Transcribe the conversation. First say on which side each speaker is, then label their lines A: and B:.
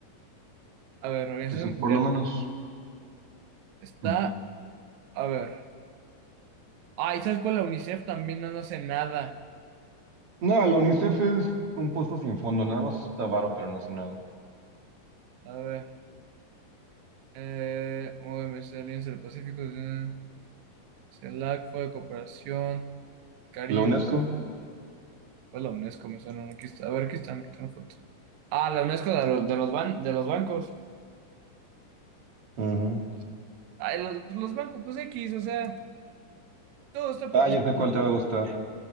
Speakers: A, on the right; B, on the right.
A: a ver, Organización
B: Entonces,
A: Mundial,
B: por lo menos.
A: está,
B: mm.
A: a ver, ay, ¿sabes cuál? La UNICEF también no, no hace nada,
B: No, la UNICEF es un pozo sin fondo, nada más está varo, pero no hace nada.
A: a ver, eh, OMS, Alianza del Pacífico, eh, CELAC, Fue de Cooperación, Caribe,
B: La UNESCO.
A: pues la UNESCO me suena, aquí está, a ver, aquí están, aquí tengo foto. Ah, la UNESCO de los, de los ban- de los bancos.
B: Ujú.
A: Ay, los, pues, los bancos, pues X, o sea, todo está... pro-
B: Ah,
A: o
B: ya
A: sea,
B: sé cuál te va a gustar.